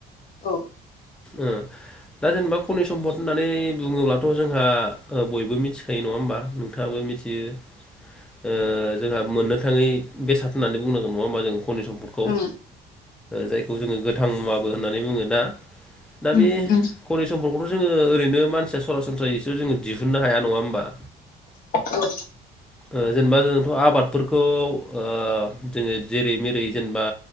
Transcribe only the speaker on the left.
औ
उम
उम
औ।